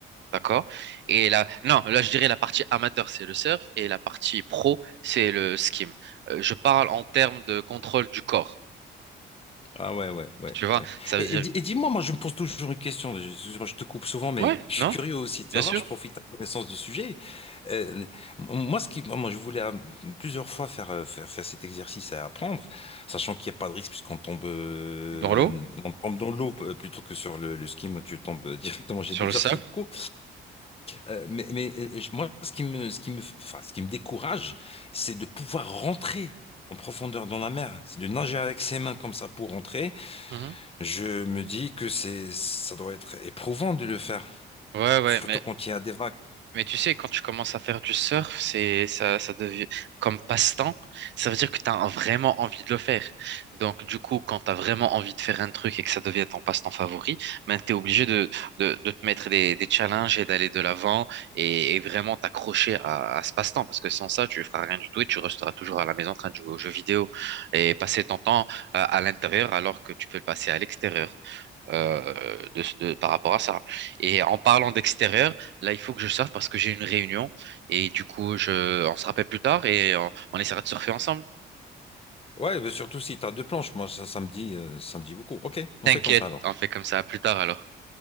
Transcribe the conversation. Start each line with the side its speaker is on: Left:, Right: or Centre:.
Right: d'accord? Et là, non, là, je dirais la partie amateur, c'est le surf, et la partie pro, c'est le skim. Euh, je parle en termes de contrôle du corps,
Left: Ah ouais, ouais, ouais,
Right: tu vois?
Left: ouais.
Right: Ça
Left: Et,
Right: veut dire,
Left: et di- et dis-moi, moi je me pose toujours une question, je, excuse-moi, je te coupe souvent, mais
Right: ouais,
Left: je
Right: non,
Left: suis curieux aussi de savoir,
Right: bien sûr,
Left: je profite de ta connaissance du sujet. Euh, m- moi, ce qui, moi, je voulais euh, plusieurs fois faire, euh, faire, faire cet exercice à apprendre, sachant qu'il n'y a pas de risque puisqu'on tombe, euh,
Right: dans l'eau,
Left: on tombe dans l'eau euh, plutôt que sur le, le ski, tu tombes euh, <laughs> directement, j'ai
Right: sur
Left: déjà
Right: le sable.
Left: pris le coup. Euh, mais mais euh, je- moi, ce qui me, ce qui me, enfin, ce qui me décourage, c'est de pouvoir rentrer. en profondeur dans la mer, c'est de nager avec ses mains comme ça pour rentrer,
Right: Mhm.
Left: je me dis que c'est, ça doit être éprouvant de le faire,
Right: Ouais, ouais,
Left: surtout
Right: mais
Left: quand il y a des vagues.
Right: Mais tu sais, quand tu commences à faire du surf, c'est ça, ça devient comme passe-temps, ça veut dire que tu as vraiment envie de le faire. Donc, du coup, quand tu as vraiment envie de faire un truc et que ça devient ton passe-temps favori, ben, tu es obligé de, de, de te mettre des, des challenges et d'aller de l'avant et, et vraiment t'accrocher à, à ce passe-temps parce que sans ça, tu feras rien du tout et tu resteras toujours à la maison en train de jouer aux jeux vidéo et passer ton temps euh, à l'intérieur alors que tu peux le passer à l'extérieur euh, de, de- par rapport à ça. Et en parlant d'extérieur, là, il faut que je sorte parce que j'ai une réunion et du coup, je, on se rappelle plus tard et on, on essaiera de surfer ensemble.
Left: Ouais, mais surtout si tu as deux planches, moi ça, ça me dit, euh, ça me dit beaucoup. Ok, on
Right: T'inquiète,
Left: fait comme ça alors.
Right: on fait comme ça À plus tard alors.